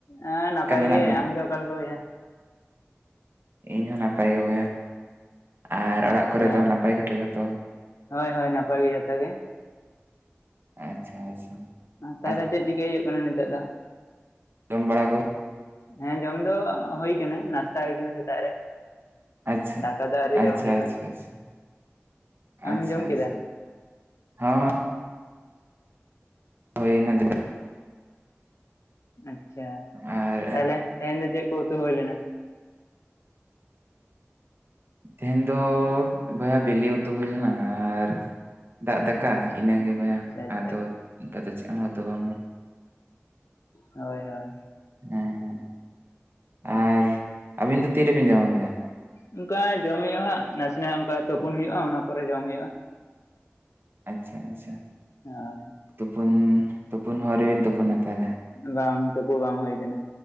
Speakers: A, on the left; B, on the right.
A: ᱮᱸ ᱱᱟᱯᱟᱭ
B: ᱢᱮᱱᱟᱜ
A: ᱜᱮ
B: ᱵᱤᱱᱟ?
A: ᱟᱢ ᱜᱮ ᱚᱠᱟ ᱞᱮᱠᱟ ᱵᱚᱭᱦᱟ
B: ᱤᱧ ᱦᱚᱸ ᱱᱟᱯᱟᱭ ᱜᱮ ᱵᱚᱭᱦᱟ ᱟᱨ ᱚᱲᱟᱜ
A: ᱟᱪᱪᱷᱟ
B: ᱠᱚ ᱨᱮ ᱫᱚ ᱱᱟᱯᱟᱭ ᱜᱮᱛᱚ ᱡᱚᱛᱚ
A: ᱦᱳᱭ ᱦᱳᱭ ᱱᱟᱯᱟᱭ ᱜᱮ ᱡᱚᱛᱚ ᱜᱮ
B: ᱟᱪᱪᱷᱟ ᱟᱪᱪᱷᱟ
A: ᱛᱟᱦᱚᱞᱮ
B: ᱟᱨ
A: ᱪᱮᱫ ᱪᱤᱠᱟᱹᱭ ᱦᱩᱭᱩᱜ ᱠᱟᱱᱟ ᱱᱤᱛᱚᱜ ᱫᱚ
B: ᱡᱚᱢ ᱵᱟᱲᱟ ᱠᱚ ᱦᱩᱭ
A: ᱦᱮᱸ ᱡᱚᱢ ᱫᱚ ᱦᱩᱭ ᱠᱟᱱᱟ ᱱᱟᱥᱛᱟ ᱦᱩᱭ ᱠᱟᱱᱟ ᱥᱮᱛᱟᱜ ᱨᱮ
B: ᱟᱪᱪᱷᱟ
A: ᱫᱟᱠᱟ ᱫᱚ ᱟᱹᱣᱨᱤ
B: ᱟᱪᱪᱷᱟ
A: ᱡᱚᱢ ᱦᱩᱭᱩᱜᱼᱟ
B: ᱟᱪᱪᱷᱟ ᱟᱪᱪᱷᱟ
A: ᱟᱢᱮᱢ
B: ᱟᱪᱪᱷᱟ
A: ᱡᱚᱢ
B: ᱟᱪᱪᱷᱟ
A: ᱠᱮᱫᱟ
B: ᱦᱚᱸ ᱦᱳᱭ ᱱᱟ <inaudible>
A: ᱟᱪᱪᱷᱟ
B: ᱟᱨ
A: ᱛᱟᱦᱞᱮ ᱛᱮᱦᱮᱧ ᱫᱚ ᱪᱮᱫ ᱠᱚ ᱩᱛᱩ ᱦᱩᱭ ᱞᱮᱱᱟ
B: ᱛᱮᱦᱮᱧ ᱫᱚ ᱵᱚᱭᱦᱟ ᱵᱤᱞᱤ ᱩᱛᱩ ᱦᱩᱭ ᱞᱮᱱᱟ ᱟᱨᱴᱨ ᱫᱟᱜ ᱫᱟᱠᱟ ᱤᱱᱟᱹ
A: ᱟᱪᱪᱷᱟ
B: ᱜᱮ ᱵᱚᱭᱦᱟ
A: ᱟᱪᱪᱷᱟ
B: ᱟᱫᱚ ᱚᱱᱠᱟ ᱫᱚ ᱪᱮᱫ ᱦᱚᱸ ᱩᱛᱩ ᱵᱟᱝ ᱦᱩᱭ
A: ᱦᱚᱭ ᱦᱚᱭ
B: ᱦᱮᱸ ᱦᱮᱸ ᱟᱨ ᱟᱹᱵᱤᱱ ᱫᱚ ᱛᱤᱨᱮᱵᱤᱱ ᱡᱚᱢᱟ ᱵᱚᱭᱦᱟ
A: ᱚᱱᱠᱟ ᱡᱚᱢ ᱦᱩᱭᱩᱜᱼᱟ ᱦᱟᱸᱜ ᱱᱟᱥᱮ ᱱᱟᱜ ᱚᱱᱠᱟ ᱛᱩᱯᱩᱱ ᱦᱩᱭᱩᱜᱼᱟ ᱚᱱᱟ ᱯᱚᱨᱮ ᱡᱚᱢ ᱦᱩᱭᱩᱜᱼᱟ
B: ᱟᱪᱪᱷᱟ ᱟᱪᱪᱷᱟ
A: ᱦᱳᱭ
B: ᱛᱩᱯᱩᱱ ᱛᱩᱯᱩᱱ ᱦᱚᱸ ᱟᱣᱨᱤ ᱵᱤᱱ ᱛᱩᱯᱩᱱᱟ ᱛᱟᱦᱞᱮ
A: ᱵᱟᱝ ᱛᱩᱯᱩ ᱵᱟᱝ ᱦᱩᱭ ᱠᱟᱱᱟ